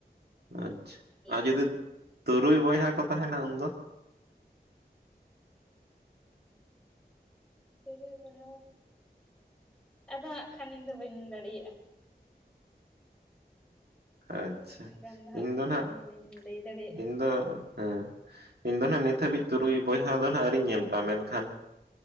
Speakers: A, on the right; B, in the centre.
A: ᱟᱪᱪᱷᱟ, ᱟᱨ ᱡᱩᱫᱤ
B: ᱢᱟᱱᱮ
A: ᱛᱩᱨᱩᱭ ᱵᱚᱭᱦᱟ ᱠᱚ ᱛᱟᱦᱮᱸᱱᱟ ᱩᱱᱫᱚ!
B: ᱛᱩᱨᱩᱭ ᱵᱚᱭᱦᱟ! ᱟᱫᱚ ᱦᱟᱸᱜ ᱠᱷᱟᱱ ᱤᱧ ᱫᱚ ᱵᱟᱹᱧ ᱫᱟᱲᱤᱭᱟᱜᱼᱟ ᱾
A: ᱟᱪᱪᱷᱟ,
B: ᱩᱱᱟᱹᱜ ᱜᱟᱱ ᱦᱟᱸᱜ
A: ᱤᱧ ᱫᱚ ᱱᱟᱦᱟᱜ
B: ᱠᱷᱟᱱ ᱵᱟᱹᱧ ᱞᱟᱹᱭ ᱫᱟᱲᱮᱭᱟᱜᱼᱟ
A: ᱤᱧ ᱫᱚ ᱦᱮᱸ, ᱤᱧ ᱫᱚ ᱱᱟᱦᱟᱜ ᱱᱤᱛ ᱦᱟᱹᱵᱤᱡ ᱛᱩᱨᱩᱭ ᱵᱚᱭᱦᱟ ᱫᱚ ᱦᱟᱸᱜ ᱟᱹᱣᱨᱤᱧ ᱧᱮᱞ ᱠᱚᱣᱟ, ᱢᱮᱱᱠᱷᱟᱱ